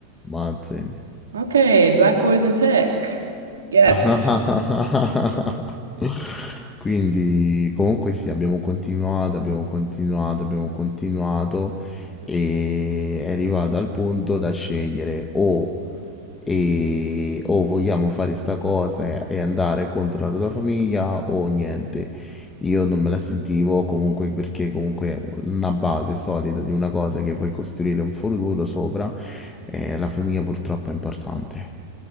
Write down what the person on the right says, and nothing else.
Ok, Black Boys in Tech. Yes.